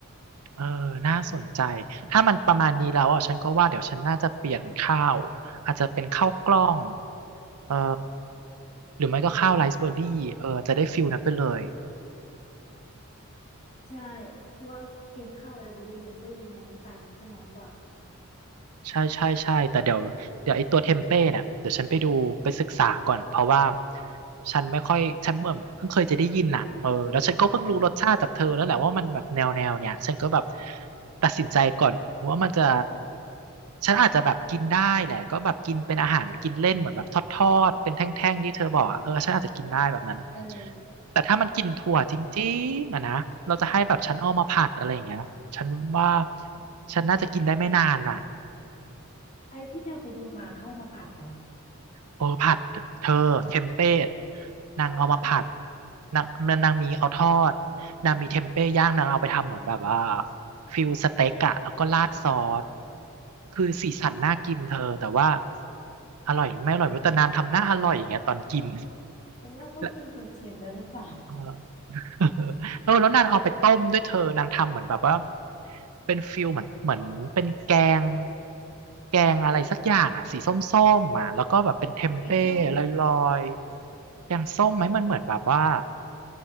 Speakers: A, on the right; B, on the left.
A: เออน่าสนใจถ้ามันประมาณนี้แล้วอ่ะฉันก็ว่าเดี๋ยวฉันน่าจะเปลี่ยนข้าวอาจจะเป็นข้าวกล้องเออหรือไม่ก็ข้าวไรซ์เบอร์รี่เออจะได้ฟิลนั้นไปเลย
B: ใช่เพราะว่ากินข้าวไลฟ์เบอรี่มันก็ยังไงน้ำตาลมันก็น้อยกว่า
A: ใช่ใช่ใช่แต่เดี๋ยวเดี๋ยวไอ้ตัวเทมเป้เนี่ยเดี๋ยวฉันไปดูไปศึกษาก่อนเพราะว่าฉันไม่ค่อยฉันเหมือนเพิ่งเคยจะได้ยินน่ะเออแล้วฉันก็เพิ่งรู้รสชาติจากเธอแล้วแหละว่ามันแบบแนวแนวเนี่ยฉันก็แบบตัดสินใจก่อนว่ามันจะฉันอาจจะแบบกินได้แหละก็แบบกินเป็นอาหารกินเล่นเหมือนแบบทอดๆเป็นแท่งๆที่เธอบอกอะเออฉันอาจจะกินได้แบบนั้นอะ
B: เออ
A: แต่ถ้ามันกินถั่วจริงๆอะนะเราจะให้แบบฉันเอามาผัดอะไรอย่างเงี้ยฉันว่าฉันน่าจะกินได้ไม่นานน่ะ
B: ไอ้ที่เธอไปดูมาเข้ามาผัดเหรอ
A: โอ้ผัดเธอเทมเป้นางเอามาผัด
B: อ๋อ
A: นางนางมีเอาทอดนางมีเทมเป้ย่างนางเอาไปทำเหมือนแบบว่าฟิลสเต็กอะแล้วก็ราดซอสคือสีสันน่ากินเธอแต่ว่า
B: อืม
A: อร่อยหรือไม่อร่อยไม่รู้แต่นางทำหน้าอร่อยอย่างเงี้ยตอนกิน
B: ฉันว่าเขากินจนเสียงแล้วหรือเปล่า
A: <laughs> และเออ เออแล้วนางเอาไปต้มด้วยเธอนางทำเหมือนแบบว่าเป็นฟิลเหมือนเหมือนเป็นแกงแกงอะไรสักอย่างอ่ะสีส้มๆอ่ะแล้วก็แบบเป็นเทมเป้ลอยๆแกงส้มไหมมันเหมือนแบบว่า
B: แกงส้ม